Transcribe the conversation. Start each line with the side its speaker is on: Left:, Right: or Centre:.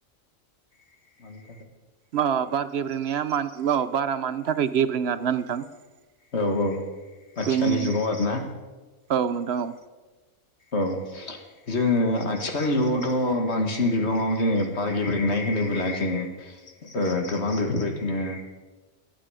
Left: <inaudible>
Right: मा बार गेब्रेंनाया मानि जुगाव बारा मानि थाखाय गेब्रेें आरोना नोंथां। जोंनि
Left: औ औ आथिखालनि जुगाव आरोना
Right: औ नोंथां औ
Left: औ। जोङो आथिखालनि जुगावथ' बांसिन बिबाङाव जोङो बार गेब्रेनाय होनोब्ला जोङो। ओ गोबां बेफोरबायदिनो